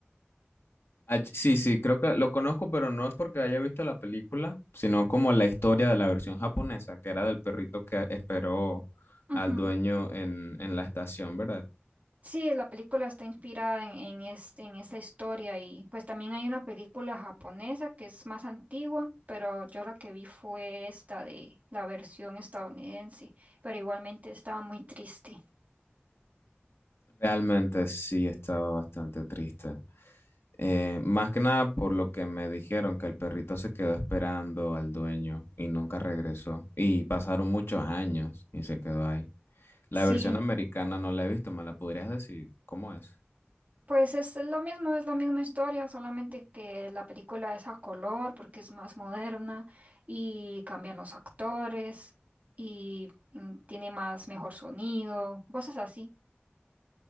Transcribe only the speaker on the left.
Ah, ch- sí, sí, creo que lo conozco, pero no es porque haya visto la película, sino como la historia de la versión japonesa, que era del perrito que esperó
al dueño en, en la estación, ¿verdad?
Realmente sí estaba bastante triste. Eh, más que nada por lo que me dijeron que el perrito se quedó esperando al dueño y nunca regresó. Y pasaron muchos años y se quedó ahí. La
versión americana no la he visto, ¿me la podrías decir? ¿Cómo es?